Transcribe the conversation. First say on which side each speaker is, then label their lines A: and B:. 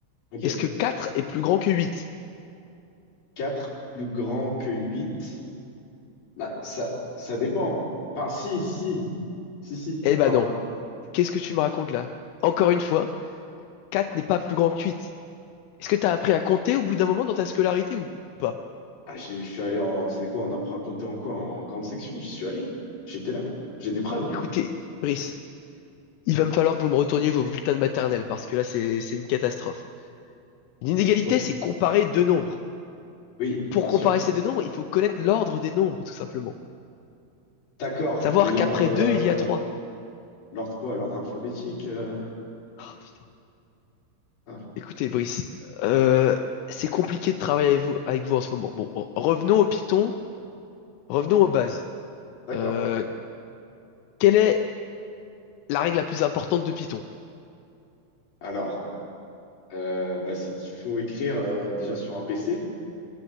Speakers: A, on the left (about 45°); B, on the left (about 85°).
A: Ok.
B: Est-ce que 4 est plus grand que 8?
A: quatre plus grand que huit Bah, ça, ça dépend. Enfin, si, si, si, si.
B: Eh ben
A: Enfin,
B: non. Qu'est-ce que tu me racontes là? Encore une fois, 4 n'est pas plus grand que 8. Est-ce que t'as appris à compter au bout d'un moment dans ta scolarité ou pas?
A: ah, j'ai- je suis allé en, c'est quoi, on apprend à compter en quoi? En grande section, j'y suis allé. J'étais là. J'ai des preuves.
B: Écoutez, Brice, il va me falloir que vous me retourniez vos bulletins de maternelle parce que là, c'est c'est une catastrophe. Une inégalité,
A: Ah, bah, je pense que,
B: c'est comparer deux nombres.
A: oui,
B: Pour
A: bien sûr.
B: comparer ces deux nombres, il faut connaître l'ordre des nombres, tout simplement.
A: D'accord.
B: Savoir
A: Mais l'ordre,
B: qu'après
A: euh,
B: deux, il y a trois.
A: l'ordre quoi? L'ordre alphabétique? euh,
B: Ah, putain.
A: ah,
B: Écoutez, Brice, euh, c'est compliqué de travailler avec vous, avec vous en ce moment. Bon, re- revenons au Python, revenons aux bases.
A: d'accord.
B: Euh, quelle est la règle la plus importante de Python?
A: Alors. Euh, bah, c'est qu'il faut écrire euh, déjà sur un PC,